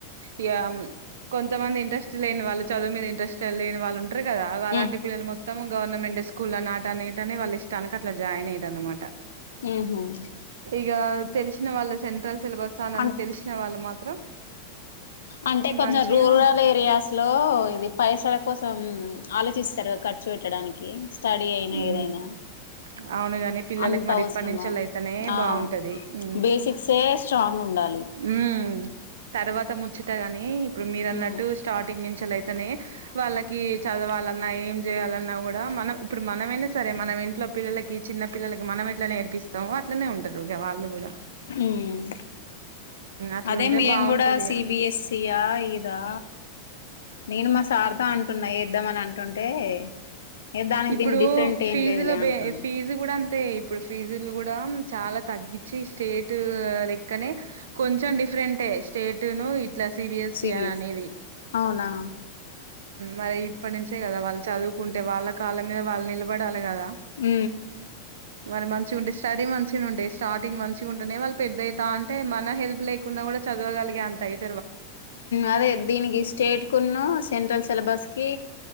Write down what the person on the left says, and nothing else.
ఉ
ఉహ్మ్
అన్
అంటే కొంచెం
రూరల్ ఏరియాస్ లో ఇది పైస కోసం ఆలోచిస్తరు ఖర్చు పెట్టడానికి స్టడీ అయిన
ఏదైన
అంత
అవసరమా
ఆ
బేసిక్సే స్ట్రాంగ్ ఉండాలి
ఉ
హ్మ్
అదే మేం
గూడ సిబిఎస్సీయా
ఇదా నేను మా సార్ తో అంటున్న ఎద్దాం అని అంటుంటే ఏ దానికి
దీనికి డిఫరెంట్ ఏం
లేదులే
అంటున్నా
సిబిఎస్
అవునా
ఉ
అదే దీనికి స్టేట్ కున్న సెంట్రల్ సిలబస్ కి